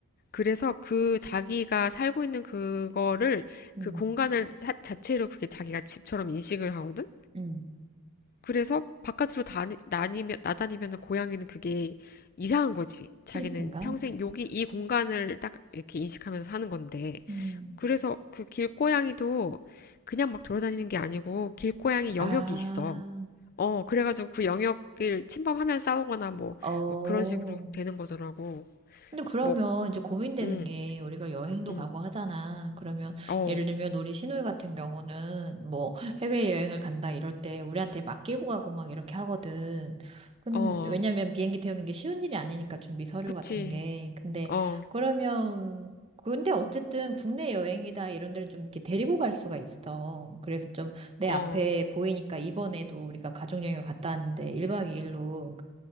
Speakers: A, on the left; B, on the right.
A: 그래서 그 자기가 살고 있는 그거를,
B: 음,
A: 그 공간을 사- 자체로 그게 자기가 집처럼 인식을 하거든?
B: 음,
A: 그래서 바깥으로 다, 나니면, 나다니면 고양이는 그게 이상한 거지. 자기는
B: 스트레스인가?
A: 평생 여기 이 공간을 딱 이렇게 인식하면서 사는 건데.
B: 음.
A: 그래서 그 길고양이도 그냥 막 돌아다니는 게 아니고 길고양이 영역이
B: 아,
A: 있어. 어, 그래가지고 그 영역을 침범하면 싸우거나 뭐,
B: 어.
A: 막 그런 식으로 되는 거더라고.
B: 근데 그러면
A: 뭐,
B: 이제 고민되는
A: 응,
B: 게 우리가 여행도
A: 응,
B: 가고 하잖아. 그러면
A: 어,
B: 예를 들면 우리 시누이 같은 경우는 뭐 해외여행을 간다 이럴 때 우리한테 맡기고 가고 막 이렇게 하거든. 근
A: 어,
B: 왜냐면 비행기 태우는 게 쉬운 일이 아니니까 준비 서류
A: 그치,
B: 같은 게. 근데
A: 어,
B: 그러면 근데 어쨌든 국내 여행이다 이런 데는 좀 이렇게 데리고 갈 수가 있어. 그래서 좀 내 앞에
A: 어,
B: 보이니까 이번에도 우리가 가족여행을 갔다 왔는데 1박 2일로